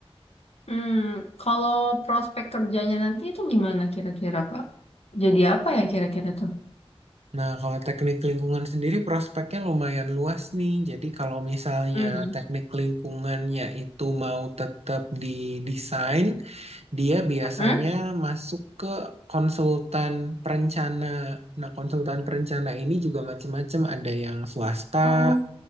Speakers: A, on the left; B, on the right.
A: Hmm, kalau prospek kerjanya nanti itu gimana kira-kira Kak? Jadi apa ya kira-kira tuh?
B: Nah, kalau teknik lingkungan sendiri prospeknya lumayan luas nih. Jadi, kalau misalnya
A: Hmm.
B: teknik lingkungannya itu mau tetap di desain, Dia biasanya
A: Mm-mm.
B: masuk ke konsultan perencana. Nah, konsultan perencana ini juga macam-macam, ada yang swasta
A: Oh,